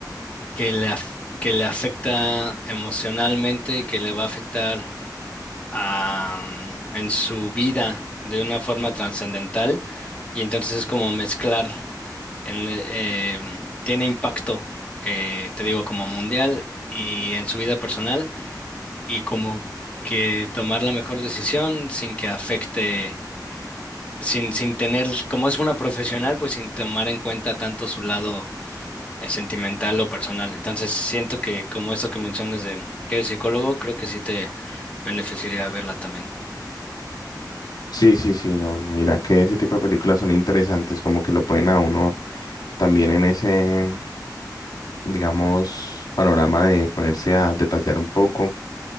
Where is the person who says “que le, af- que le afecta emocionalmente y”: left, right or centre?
Left